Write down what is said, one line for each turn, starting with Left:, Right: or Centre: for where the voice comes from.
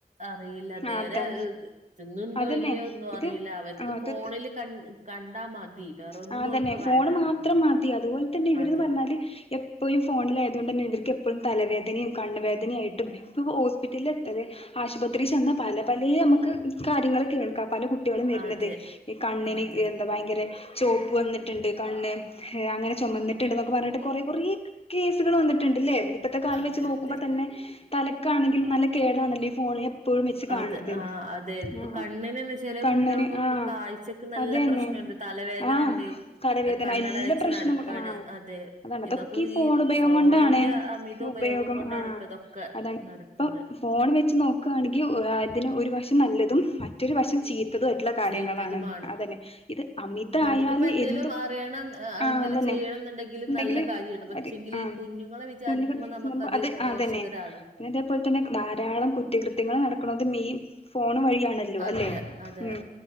Right: അറിയില്ല നേരെ
Left: ആ അതാ
Right: തിന്നുണ്ടോ
Left: അതന്നെ
Right: ഇല്ലയോ ഒന്നും അറിയില്ല
Left: ഇത്
Right: അവർക്ക്
Left: അത്
Right: ഫോണില്
Left: ത്
Right: ക കണ്ടാ മതി വേറൊന്നും
Left: ആ അതന്നെ
Right: ഓൽക്ക്
Left: ഫോണുമാത്രം
Right: വേണ്ട
Left: മതി അതുപോലെതന്നെ ഇവരെന്നുപറഞ്ഞാല്
Right: മതി
Left: എപ്പഴും ഫോണിലാ അതുകൊണ്ടുതന്നെ ഇവർക്കെപ്പഴും തലവേദനയും കണ്ണുവേദനയായിട്ടും ഇപ്പിപോ ഹോസ്പിറ്റലില് എത്ര ആശുപത്രി ചെന്നാ പല പലേയും നമുക്ക് കാര്യങ്ങള് കേൾക്കാം പല കുട്ട് കുട്ടികളും വരണത്
Right: അതെ
Left: ഈ കണ്ണിന്
Right: അതെ
Left: എന്താ ഭയങ്കരചോപ്പ് വന്നിട്ടുണ്ട് കണ്ണ് അങ്ങനെ ചൊമന്നിട്ടൊണ്ടൊന്നൊക്കെ പറഞ്ഞിട്ട് കൊറെ കൊറെ കേസുകൾ വന്നിട്ടുണ്ട്ല്ലേ ഇപ്പോഴത്തെ കാലം
Right: അതെ
Left: വെച്ച് നോക്കുമ്പോ
Right: അതെ
Left: തന്നെ തലക്കാണെങ്കിലും നല്ല കേടാണല്ലോ ഈ ഫോണ് എപ്പോഴും വെച്ച് കാണത്
Right: അത് ആഹ് അതെ ഇപ്പൊ
Left: ആ
Right: കണ്ണിനെന്നെ ചെലെ
Left: കണ്ണിന്
Right: കുട്ടികൾക്കൊക്കെ
Left: ആ
Right: കാഴ്ചക്ക് നല്ല
Left: അതുതന്നെ
Right: പ്രശ്നണ്ട് തലവേദനണ്ട്
Left: ആ തലവേദന
Right: കണ്ണട
Left: എല്ലാ
Right: വെച്ച്
Left: പ്രശ്നങ്ങളും
Right: നടക്കാണ്
Left: ആ
Right: അതെ
Left: അതാണ് അതൊക്കെയീ
Right: ഇതൊക്കെ
Left: ഫോണുഉപ‌
Right: ഈ
Left: ഉപയോഗം
Right: ഫോണിന്റെ
Left: കൊണ്ടാണ്
Right: അമിത
Left: ഉപയോഗം
Right: കൊണ്ടാണ്
Left: ആ
Right: ഇപ്പ ഇതൊക്കെ
Left: അതാ
Right: നടക്കുന്നെ
Left: ഇപ്പം ഫോൺ വെച്ചുനോക്കുകയാണെങ്കി അതിന് ഒരുവശം നല്ലതും മറ്റൊരുവശം ചീ ത്തതുമായിട്ടുള്ള കാര്യങ്ങളാണ്
Right: ചീത്തതുമാണ്
Left: അതന്നെ ഇത് അമിതായാല്
Right: നമുക്കിപ്പോ എന്തേലും
Left: എന്തും
Right: അറിയണം
Left: ആ
Right: എന്തേലും
Left: അതന്നെ
Right: ചെയ്യണം എന്നുണ്ടെങ്കിൽ
Left: ഉണ്ടെങ്കില്
Right: നല്ല കാര്യാണ് പക്ഷെങ്കിൽ
Left: അത് ആ
Right: ഈ കുഞ്ഞുങ്ങളെ വിചാരിക്കുമ്പോ
Left: പുല്ല്കണ്
Right: നമുക്കത്
Left: അത്
Right: ദോഷകരാണ്
Left: അതന്നെ പിന്നെ അതെപോലെ തന്നെ ധാരാളം കുറ്റകൃത്യങ്ങള് നടക്കണകൊണ്ട് മെയിൻ ഫോണുവഴിയാണല്ലോ
Right: അതെ
Left: അല്ലെ
Right: അതെ
Left: ഉം